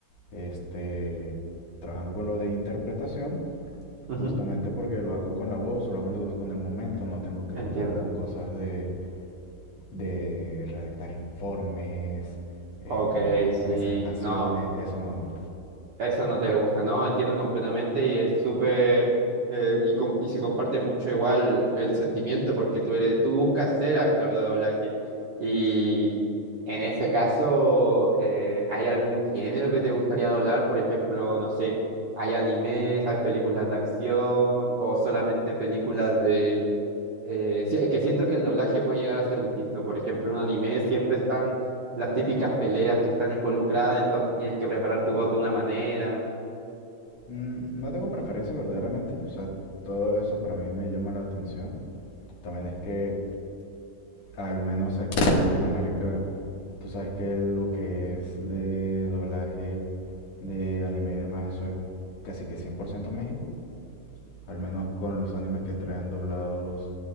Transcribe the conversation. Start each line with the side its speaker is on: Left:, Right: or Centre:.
Left: este, trabajando con lo de interpretación,
Right: ujú,
Left: justamente porque lo hago con la voz, lo hago con con el momento, no tengo que ponerme
Right: Entiendo.
Left: con cosas de, de redactar informes, em,
Right: Ok, sí,
Left: presentaciones,
Right: no,
Left: eso no, no.
Right: eso no te gusta, no, entiendo completamente y es súper, eh, y, com- y se comparte mucho igual el sentimiento porque tú eres, tú buscas ser actor de doblaje y en ese caso, eh, ¿hay algún género que te gustaría doblar? Por ejemplo, no sé, ¿hay animes, hay películas de acción o solamente películas Eh, sí, es que siento que el doblaje puede llegar a ser distinto. Por ejemplo, en un anime siempre están las típicas peleas que están involucradas, entonces tienes que preparar tu voz de una manera.
Left: Mm, No tengo preferencia verdaderamente, o sea, todo eso para mí me llama la atención. También es que, al menos aquí en Latinoamérica, tú sabes que lo que es de doblaje de anime y demás, eso es casi que 100% México. Al menos con los animes que traen doblados